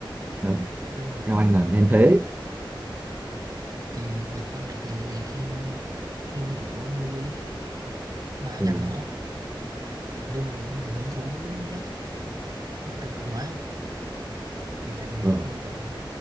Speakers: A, on the right; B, on the right.
A: đó.
B: ừ.
A: theo anh là nên thế
B: thì hiện tại thì em em cũng lưu ý ba
A: ừ.
B: ngành đó nhưng mà em thì hứng thú nhất cái tự động hóa thì tại vì
A: vâng.
B: em cũng